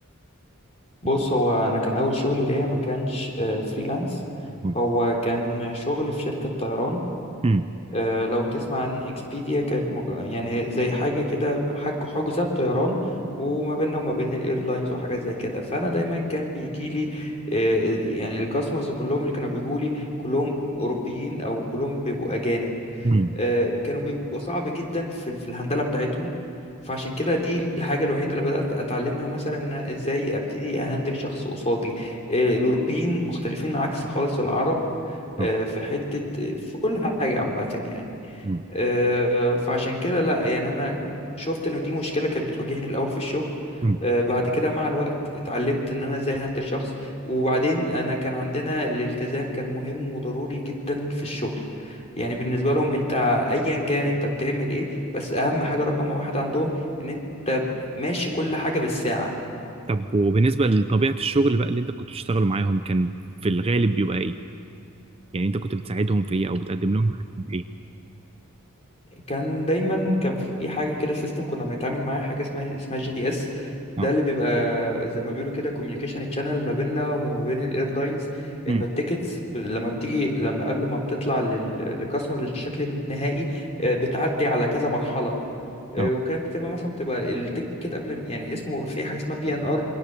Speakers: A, on the left; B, on the right.
A: بص هو انا كان اول شغل ليا ما كانش آه، فريلانس
B: مم.
A: هو كان شغل في شركة طيران
B: مم.
A: آه، لو تسمع عن اكسبيديا كانت مج... يعني زي حاجة كده حج حجوزات طيران وما بيننا وما بين الايرلاينز وحاجات زي كده فانا دايما كان بيجي لي آه، يعني الكاستمرز كلهم اللي كانوا بيجوا لي كلهم اوروبيين او كلهم بيبقوا اجانب
B: مم.
A: آه، كانوا بيبقوا صعب جدا في ال- في الهندلة بتاعتهم فعشان كده دي الحاجة الوحيدة اللي بدأت أتعلمها مثلا إن أنا إزاي أبتدي أهندل شخص قصادي آه، الأوروبيين مختلفين عكس خالص العرب آه،
B: آه.
A: في حتة آه، في كل حاجة عامة يعني
B: مم.
A: آه، فعشان كده لا يعني انا شفت انه دي مشكله كانت بتواجهني الاول في الشغل
B: مم.
A: آه، بعد كده مع الوقت اتعلمت ان انا ازاي هندل شخص وبعدين انا كان عندنا الالتزام كان مهم وضروري جدا في الشغل يعني بالنسبه لهم انت ايا كان انت بتعمل ايه بس اهم حاجه رقم واحد عندهم ان انت ماشي كل حاجه بالساعه
B: طب وبالنسبة لطبيعة الشغل بقى اللي انت كنت بتشتغله معاهم كان في الغالب بيبقى ايه؟ يعني انت كنت بتساعدهم في ايه او بتقدم لهم خدمة ايه؟
A: كان دايما كان في حاجه كده سيستم كنا بنتعامل معاه حاجه اسمها اسمها جي دي اس ده
B: اه
A: اللي بيبقى زي ما بيقولوا كده كوميونيكيشن تشانل ما بيننا وما بين الايرلاينز انه
B: امم
A: التيكتس ب- لما بتيجي لما قبل ما بتطلع للكاستمر للشكل النهائي آه، بتعدي على كذا مرحله آه،
B: اه
A: وكانت بتبقى مثلا بتبقى التيكت قبل يعني اسمه في حاجه اسمها بي ان ار